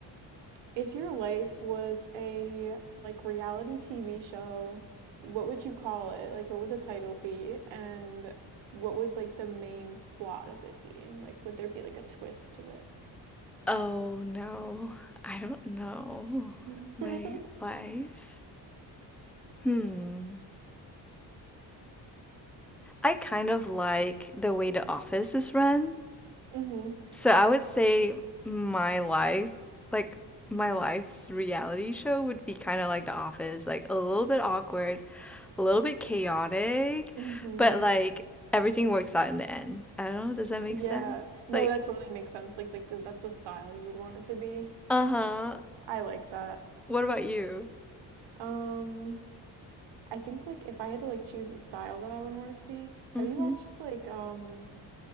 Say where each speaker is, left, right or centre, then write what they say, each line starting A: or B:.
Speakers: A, on the right; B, in the centre.
A: If your life was a like reality TV show, what would you call it? Like what would the title be? And what would like the main plot of it be? And like would there be like a twist to it?
B: Oh no. I don't know.
A: <laughs>
B: My life. Hmm. I kind of like the way the office is run.
A: Mm-hmm.
B: So I would say my life, like my life's reality show would be kind of like The Office, like a little bit awkward, a little bit chaotic,
A: Mm-hmm.
B: but like everything works out in the end. I don't know, does that make
A: Yeah.
B: sense?
A: No,
B: Like,
A: that totally makes sense. Like like the, that's the style you would want it to be.
B: uh-huh.
A: I like that.
B: What about you?
A: Um I think like if I had to like choose a style that I would want it to be, have
B: hmm
A: you watched like um